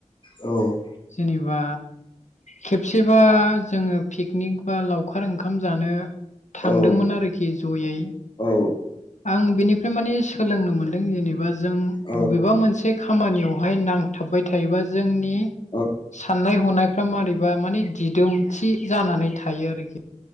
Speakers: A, on the left; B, on the left.
A: औ
B: जेनेबा खेबसेबा जोङो पिकनिक बा लावखार ओंखाम जानो थांदोंमोन
A: औ
B: आरोखि जयै
A: औ
B: आं बिनि मफ्राय माने सोलोंनो मोन्दों जेनेबा जों
A: औ
B: बबेबा मोनसे खामानियावहाय नांथाबबाय थायोबा जोंनि
A: अ
B: साननाय हनायफ्रा मारैबा माने दिदोमथि जानानै थायो आरोखि